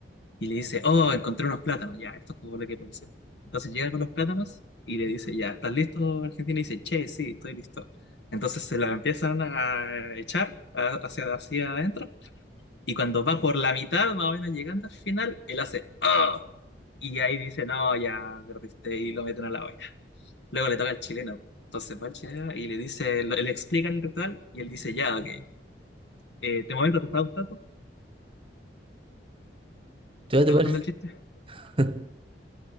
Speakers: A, on the left; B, on the right.
A: Y le dice, oh, encontré unos plátanos, ya, esto es como lo que puede ser. Entonces llega con los plátanos y le dice, ya, ¿estás listo, argentino? Y dice, che, sí, estoy listo. Entonces se la empiezan a echar a- hacia, hacia adentro Y cuando va por la mitad, más o menos llegando al final, él hace "Ah", Y ahí dice, no, ya perdiste y lo meten a la olla. Luego le toca al chileno. Entonces va el chileno y le dice, lo- le explican el ritual y él dice, ya, ok. Eh, ¿de momento te está gustando?
B: va
A: ¿Te
B: a
A: está
B: topar?
A: gustando el chiste?
B: <laughs>